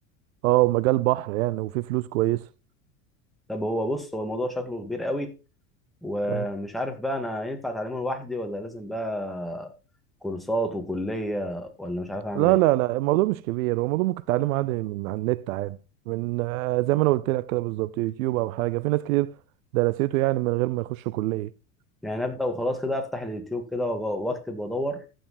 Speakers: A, on the right (about 75°); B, in the centre.
A: اه مجال بحر يعني وفي فلوس كويسه
B: طب هو بص هو الموضوع شكله كبير قوي ومش
A: أيوة.
B: عارف بقى انا ينفع اتعلمه لوحدي ولا لازم بقى كورسات وكلية ولا مش عارف اعمل
A: لا
B: ايه
A: لا لا الموضوع مش كبير هو الموضوع ممكن تعلمه عادي من على النت عادي من آه، زي ما انا قلت لك كده بالظبط يوتيوب او حاجه في ناس كتير درسته يعني من غير ما يخشوا كليه
B: يعني ابدأ وخلاص كده افتح اليوتيوب كده وأج- واكتب وادور